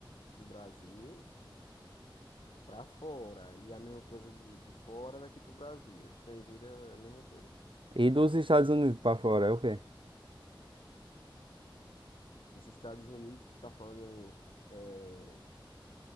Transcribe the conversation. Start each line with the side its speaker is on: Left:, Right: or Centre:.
Left: do Brasil pra fora. E a mesma coisa de, de fora daqui pro Brasil. Estrangeira é a mesma coisa.
Right: E dos Estados Unidos para fora, é o quê?
Left: Dos Estados Unidos, tu tá falando é,